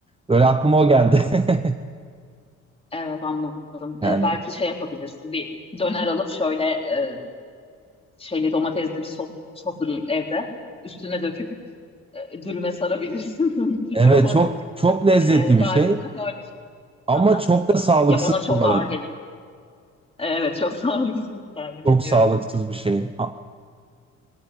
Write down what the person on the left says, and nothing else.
Evet,
evet anladım.
Ee, belki şey yapabilirsin. Bir döner alıp şöyle e, şeyli domatesli bir sos hazırlayıp evde üstüne döküp e, dürüme sarabilirsin <laughs> bir fikir
olarak.
Ee, gal
değil mi öyle?
Aha,
aha. Ya bana çok
ağır
gelir. Evet çok <laughs> sağlıksız tahmin
ediyorum.